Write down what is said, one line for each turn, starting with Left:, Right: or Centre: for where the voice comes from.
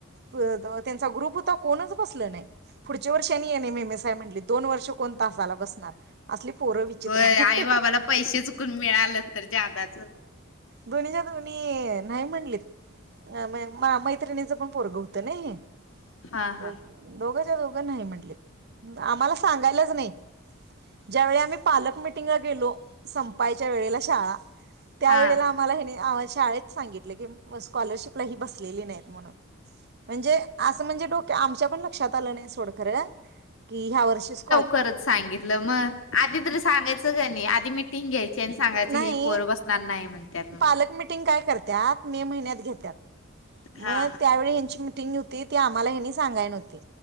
Right: त्यांचा ग्रुप होता कोणच बसल नाही, पुढच्या वर्षानी N M M S I म्हनलं दोन वर्ष. कोण तासाला बसणार असली पोरं विचित्र
Left: होय
Right: आहेत
Left: आई बाबाला पैसे चुकून मिळाले तर जादाच
Right: दोनीच्या दोनी नाही म्हणलेत माय मैत्रिणीचं पण पोरगं होत ना हे
Left: हा
Right: दोघ
Left: हा
Right: दोघ च ते दोघ नाही म्हटले आम्हाला सांगायलाच की नाही ज्यावेळी आम्ही पालक मिटिंगला गेलो संपायच्या वेळेला शाळा त्या
Left: हा
Right: वेळेला आम्हाला ह्यांनी आम्हाला शाळेत सांगितलं की स्कॉलरशिपला ही बसलेली नाहीत म्हणून म्हणजे असं म्हणजे डोके आमच्या पण लक्षात आलं नाही सोड खर.. की ह्या वर्षीच
Left: खरच सांगितलं म आधी तरी सांगायच त्यांनी आ ती मिटिंग घ्याय त्यान सांगायच
Right: नाही
Left: ही पोरं बसणार नाही म्हणत्यात म्हणून
Right: पालक मिटिंग काय करत्यात मे महिन्यात घेत्यात म
Left: हा
Right: त्यावेळी यांची मि मिटिंग व्हती ती आम्हाला ह्यांनी सांगाय नव्हती